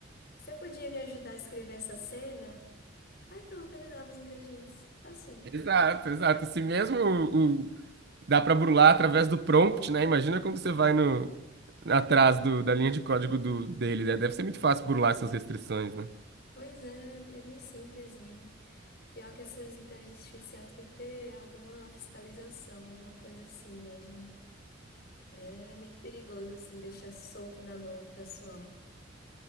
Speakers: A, on the left; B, on the right.
A: Você podia me ajudar a escrever essa cena? Aí pronto, ele dava os ingredientes. Facinho.
B: Exato, exato. Se mesmo o Dá para burlar através do prompt, né? Imagina quando você vai no atrás do, da linha de código do, dele, né? Deve ser muito fácil burlar essas restrições, né?
A: Pois é, é bem simplesinho. Pior que essas inteligências artificiais tem que ter alguma fiscalização, alguma coisa assim mesmo. É muito perigoso, assim, deixar solto na mão do pessoal.